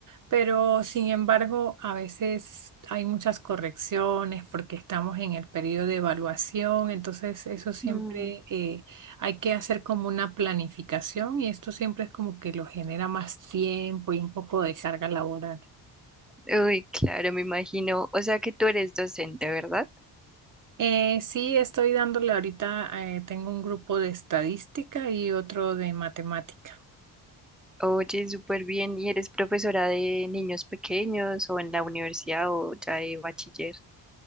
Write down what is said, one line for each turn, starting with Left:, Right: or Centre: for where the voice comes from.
Right: Pero sin embargo, a veces hay muchas correcciones porque estamos en el periodo de evaluación, entonces eso siempre
Centre: Mm.
Right: eh, hay que hacer como una planificación y esto siempre es como que lo genera más tiempo y un poco de carga laboral.
Centre: Uy, claro, me imagino. O sea que tú eres docente, ¿verdad?
Right: Eh, sí, estoy dándole ahorita, eh, tengo un grupo de estadística y otro de matemática.
Centre: Oye, súper bien. ¿Y eres profesora de niños pequeños o en la universidad o ya de bachiller?